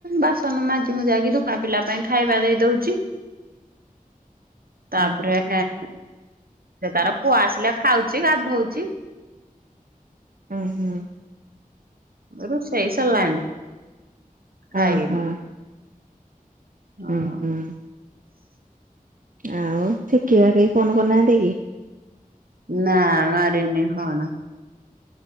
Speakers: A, on the right; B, on the right.
A: ବାସନ ମାଜି ମୁୁଜାକି ଦୋକାନ ପିଲା ପାଇଁ ଖାଇବା ଦେଇ ଦଉଛି।
B: <inaudible>
A: ତାପରେ
B: ଉଁ
A: ସେ ତାର ପୁଅ ଆସିଲେ ଖାଉଛି ଗାଧଉଛି।
B: ହୁଁ ହୁଁ।
A: ରୁଷେଇ ସରିଲାଣି। ଖାଇନି
B: ହଁ ହଁ।
A: ହଁ
B: ହୁଁ ହୁଁ। ଆଉ <unintelligible> କେହି ଫୋନ କରିନାହାନ୍ତି କି?
A: ନା ମାରିନି ଫୋନ୍।